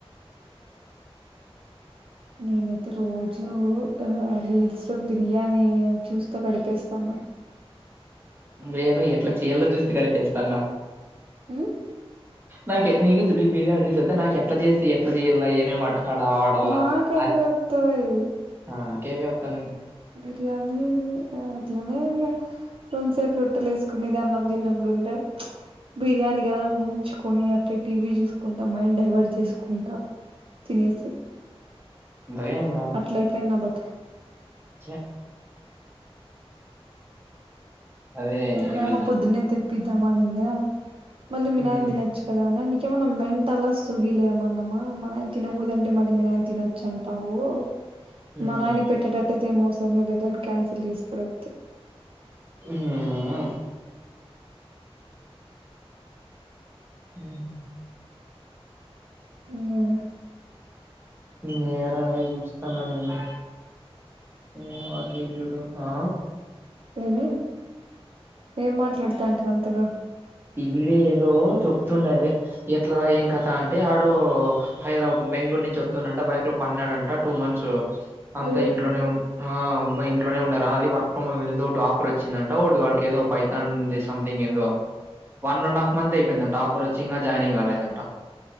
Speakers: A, on the right; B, on the right.
A: నేనైతే రోజూ రీల్స్ లో బిర్యానీ చూస్తా గడిపేస్తాన
B: నేను ఎట్లా చేయలో చూస్త గడిపేస్తాన్న
A: ఉమ్
B: నాక నీ బిర్యానీ రీస్ అయితే నాకు ఎట్లా చేసి ఎట్లా చేయాల ఏమే వాట కడ వాడలా
A: నాకు అవే
B: అది
A: వత్తాయి
B: ఆ కేపి ఒత్తనై
A: అట్లని అట్లనే ఇగ రెంసేపు రోట్టేలేసుకునేది అన్నం తిన్నప్పుడుండే బిర్యానీ కదా ఊంచుకోని అట్టే టీవీ చూస్ కుంటా మైండ్ డైవర్ట్ చేసుకుంటా తినేసి
B: గయేమ్
A: అట్ల అయిపోయింది నా బతుకు
B: చ్చ అదే
A: మా
B: ఇది
A: యమ్మ పొద్దున్నే తెప్పద్దాం ఆనింద మళ్ళీ మి
B: హ్మ్
A: నాయన తినోచ్ కదా అని నీకేమైన్నా మెంట్ అలా సుగిలేమన్నామా మనం తినకూడదంటే మళ్ళీ మీ నాయన తినోచ్చు అంటావు
B: హ్మ్
A: మ నాయనకి పెట్టేట్టుయితే ఏ మోసమే లేదని క్యాన్సిల్ చేసి పడేత్తి
B: మ్ హుమ్ హ్మ్
A: మ్
B: నేరగే చూస్తున్న నీను <unintelligible> ఆ
A: ఏమీ ఏం మాట్లాడుతంటివి అంతగా
B: ఈవిడే ఏదో చెప్తుండు అదే ఎట్ల నో ఏం కథ అం టే ఆడు హైదరాబాద్ బెంగళూరు నుంచి వస్తుందంట బైక్ లో పన్నాడంట టూ మంత్స్ అంతా
A: అయ్యో
B: ఇంట్లోనే ఉన్ ఆ ఉమ్మ ఇంట్లోనే ఉన్నరా అది వర్క్ ఫ్రమ్ ఒకటి ఆఫర్ వచ్చిందంట వాళ్ళకి ఏదో పై తాంది సంథింగ్ ఎందో వన్ అండ్ హాఫ్ంత్ అయిందంట ఆఫర్ వచ్చి ఇంగ జాయినింగ్ రాలేదంట